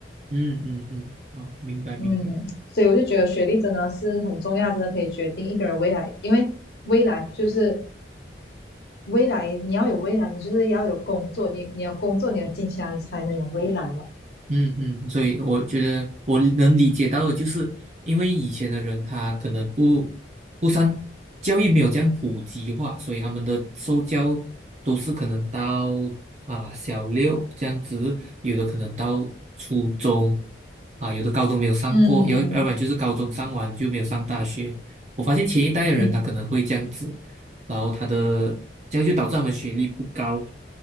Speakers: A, on the right; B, on the left.
A: 嗯嗯嗯，好，明白明白。
B: 嗯，所以我就觉得学历真的是很重要，真的可以决定一个人未来，因为未来就是未来，你要有未来，你就是要有工作，你你要工作，你要金钱啊，你才能有未来嘛。
A: 嗯嗯，所以我觉得我能理解到的，就是因为以前的人他可能不不善教育没有这样普及化，所以他们的受教都是可能到啊、小六这样子，有的可能到初中啊、有的高中没有上过，
B: 嗯
A: 要要不然就是高中上完就没有上大学。我发现前一代的人他可能会这样子，
B: 嗯
A: 然后他的这样就导致他们学历不高，